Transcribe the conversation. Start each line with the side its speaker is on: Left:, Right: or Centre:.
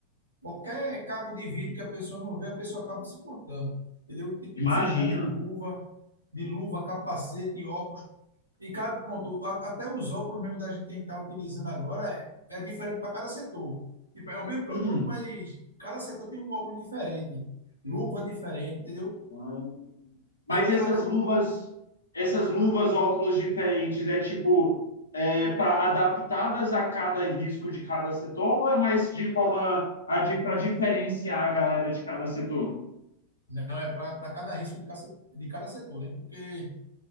Right: Qualquer caco de vidro que a pessoa não vê, a pessoa acaba se cortando. Entendeu? Tem que
Left: Imagino.
Right: sempre estar de luva, de luva, capacete óculos E cada ponto, até os óculos mesmo da gente que a gente está utilizando agora é, é diferente para cada setor. Tipo, é o mesmo produto,
Left: Hum.
Right: mas cada setor tem um óculos diferente, luva diferente, entendeu?
Left: Ah, Mas
Right: Te- Teve
Left: essas
Right: até uma.
Left: luvas, essas luvas, óculos diferentes, é tipo é, para adaptadas a cada risco de cada setor ou é mais de forma para diferenciar a galera de cada setor?
Right: Não, é para cada risco de cada, se- de cada setor, né? Porque,